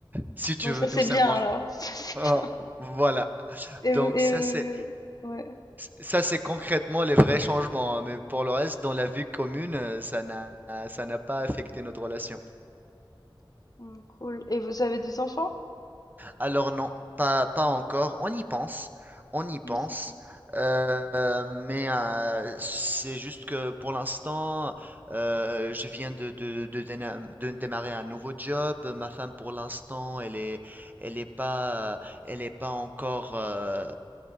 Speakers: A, on the right; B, on the left.
A: si tu
B: Bon
A: veux
B: ça c'est
A: tout savoir.
B: bien alors, <laughs> ça c'est
A: Ah,
B: bien.
A: voilà,
B: Et
A: donc
B: vous et
A: ça
B: heu
A: c'est
B: ouais.
A: ça c'est concrètement les vrais changements, hein, mais pour le reste, dans la vie commune, heu, ça n'a ça n'a pas affecté notre relation.
B: Mmh, cool. Et vous avez des enfants?
A: Alors non, pas, pas encore. On y pense, on y pense.
B: Mmh, c'est bien
A: Euh, mais euh, c'est juste que pour l'instant, euh, je viens de, de, de déna- de démarrer un nouveau job. Ma femme, pour l'instant, elle est, elle est pas, elle est pas encore, euh,